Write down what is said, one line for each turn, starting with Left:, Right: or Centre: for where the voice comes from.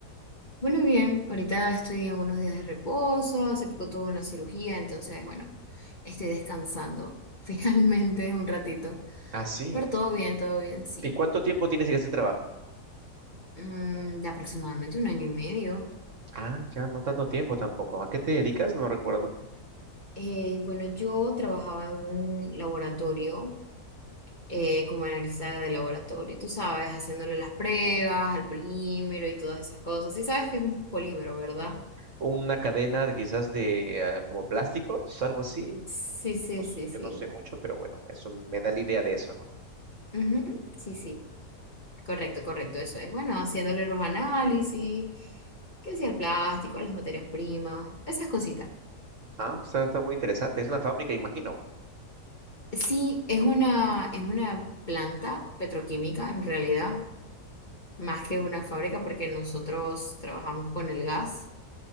Left: Bueno, bien, ahorita estoy en unos días de reposo, hace poco tuve una cirugía, entonces, bueno, estoy descansando <laughs> finalmente un ratito.
Right: Ah, sí.
Left: Pero todo bien, todo bien, sí.
Right: ¿Y cuánto tiempo tienes en ese trabajo?
Left: Mm, de aproximadamente un año y medio.
Right: Ah, ya no tanto tiempo tampoco. ¿A qué te dedicas? No recuerdo.
Left: Eh, bueno, yo trabajaba en un laboratorio, eh, como analista de laboratorio, tú sabes, haciéndole las pruebas al polímero y todas esas cosas. ¿Sí sabes que es un polímero, ¿verdad?
Right: Una cadena de- quizás de ah, como plásticos, algo así.
Left: Sí, sí,
Right: No sé,
Left: sí, sí.
Right: yo no sé mucho, pero bueno, eso me da la idea de eso, ¿no?
Left: Ujú, Sí, sí. Correcto, correcto, eso es. Bueno, haciéndole los análisis, que sea el plástico, las materias primas, esas cositas.
Right: Ah, está, está muy interesante. Es una fábrica, imagino.
Left: Sí, es una, es una planta petroquímica en realidad, más que una fábrica, porque nosotros trabajamos con el gas.